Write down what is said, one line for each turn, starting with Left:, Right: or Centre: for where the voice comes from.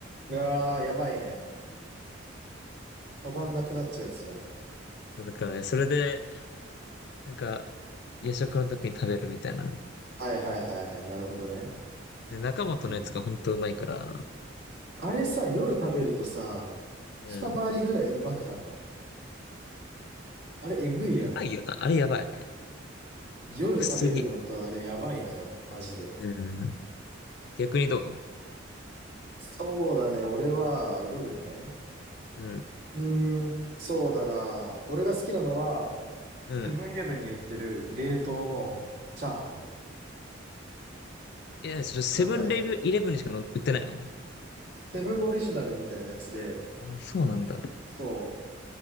Right: うわあ、やばいね。止まんなくなっちゃうやつじゃん。
Left: そうだからね、それで、なんか、夜食の時に食べるみたいな。
Right: はいはいはいはい。なるほどね。
Left: で、中本のやつが本当うまいから、
Right: いいね。あれさ、夜食べるとさ、
Left: うん。
Right: 二回りぐらいうまくなんないあれ、えぐいよね。
Left: やばいよな。あれやばい。
Right: 夜食べるのとあれ、
Left: 薬。
Right: やばいのよ。マジで。
Left: うん。逆にどう
Right: そうだね。俺は、夜ね。
Left: うん。
Right: うーん、そうだな。俺が好きなのは、セブンイレブンに売ってる冷凍のチャーハン。
Left: うん。いや、それセブンイレブンにしか売ってないの
Right: なんかね、セブンオリジナルみたいなやつで、
Left: あ、そうなんだ。
Right: そう、